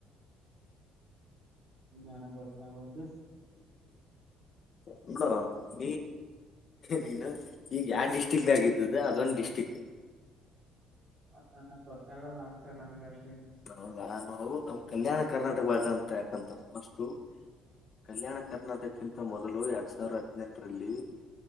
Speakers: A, on the right (about 35°); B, on the left (about 35°).
A: ನನಗ್ಗೋತ್ತ. <unintelligible>
B: <unintelligible> ನೀನು ಈಗ ಯಾವ ಡಿಸ್ಟ್ರಿಕ್ದಾಗಿದ್ದದ್ದು ಅದೊಂದು ಡಿಸ್ಟ್ರಿಕ್.
A: ಹ ಣ ಗೊತ್ತಾಗಲ್ಲ ಆನ್ಸರ್ ನನ್ಗ ಅಷ್ಟ.
B: ಹೌದಾ ನಾವು ನಮ್ ಕಲ್ಯಾಣ. ಕರ್ನಾಟಕ ಭಾಗ ಅಂತ ಯಾಕಂತಾರ ಫಸ್ಟು ಕಲ್ಯಾಣ ಕರ್ನಾಟಕ್ಕಿಂತ ಮೊದಲು ಎರಡ್ ಸಾವಿರ ಹದ್ನೆೆಂಟರಲ್ಲಿ